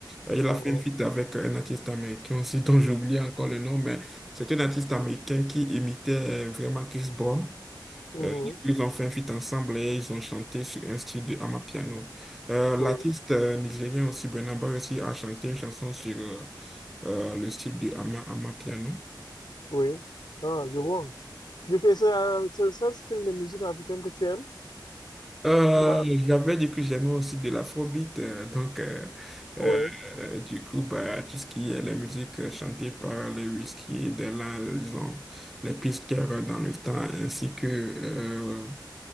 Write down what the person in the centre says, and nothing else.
Euh, Il
a fait une feat avec un artiste américain aussi, dont j'oublie encore le nom, mais c'est un artiste américain qui imitait euh, vraiment Chris Brown.
Euh, du coup, ils ont fait un feat ensemble et ils ont chanté sur un style de Amapiano. Euh, l'artiste
euh, nigérien aussi, Burna Boy aussi, a chanté une chanson sur euh, euh, le style de Ama, Amapiano.
Euh,
j'avais dit que j'aimais aussi de l'afrobeat, euh, donc euh,
euh, euh, du coup, bah, tout ce qui est la musique euh, chantée par les whisky, de là, disons, les pisteurs dans le temps, ainsi que euh,